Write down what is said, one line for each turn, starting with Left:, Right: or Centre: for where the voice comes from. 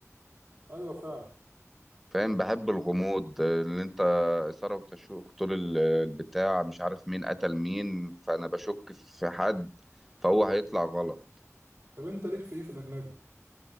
Right: ايوه فعلا
Centre: فاهم بحب الغموض اللي انت اثاره وتشويق طول ال- البتاع مش عارف مين قتل مين فانا بشك في حد فهو هيطلع غلط
Right: طب انت ليك في ايه في الاجنبي